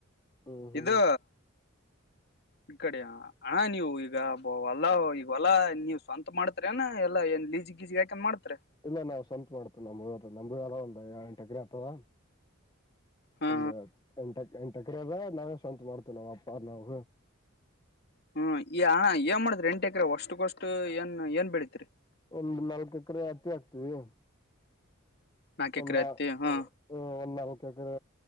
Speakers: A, on the left (about 20°); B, on the left (about 55°).
A: ಹ್ಮ್ ಹ್ಮ್
B: ಇದು ಇ ಕಡೆಯಾ ಅಣ್ಣಾ ನೀವು ಈಗ ಹೋಲ್ಲಾ ಈಗ ಹೊಲ್ಲಾ ನೀವ್ ಸ್ವಂತ ಮಾಡ್ತೀರಿ ಏನ್ ಎಲ್ಲಾ ಏನ್ ಲೀಜಿ ಗೀಜಿ ಹಾಕಂದ್ ಮಾಡ್ತಾರೀ
A: ಇಲ್ಲ ನಾವ್ ಸ್ವಂತ ಮಾಡ್ತೇ ನಮ್ಮ ನಮ್ ಒಂದ್ ಎಳ ಎಂಟ ಎಕ್ರ ಆಗ್ತದ
B: ಹಾ
A: ಒಂದು ಎಂಟ ಎಂಟು ಎಕರೆ ಅದ ನಾವೇ ಸ್ವಂತ ಮಾಡ್ತೇವಿ ನಾವ್ ಅಪ್ಪ ನಾವು
B: ಹ್ಮ್ ಈ ಅಣಾ ಏನ್ ಮಾಡುದ್ರರಿ ಎಂಟು ಎಕರೆ ವಷ್ಟಕ್ಕಷ್ಟು ಏನ್ ಏನ್ ಬೆಳತ್ರಿ
A: ಒಂದ್ ನಾಲ್ಕ ಎಕರೆ ಹತ್ತಿ ಆಕ್ತೀವಿ.
B: ನಾಕ್
A: ಒಂದ್
B: ಎಕರೆ
A: ನಾ
B: ಹತ್ತಿ ಹಾ
A: ಹ್ಮ್ ಒಂದ್ ನಾಲ್ಕ ಏಕ್ರೆ